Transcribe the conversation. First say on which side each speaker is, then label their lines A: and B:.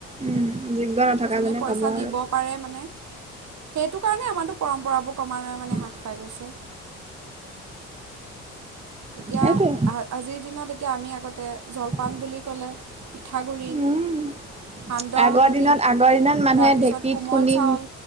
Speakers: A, on the right; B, on the right.
A: উম, যোগ্য নথকাজনে
B: যোনে পইচা
A: পাব
B: দিব
A: আৰু।
B: পাৰে মানে, সেইটো কাৰণে আমাটো পৰম্পৰাবোৰ কমা,
A: উ <unintelligible>
B: পাই গৈছে। এতিয়া
A: সেইটোৱে,
B: আ আজিৰ দিনত। এতিয়া আমি আগতে,
A: উম
B: জলপান বুলি ক'লে পিঠাগুড়ি সান্দহগুড়ি
A: আগৰ দিনত আগৰ দিনত মানুহে
B: তাৰপিছত
A: ঢেকীত
B: কোমল
A: খুন্দি
B: চাউল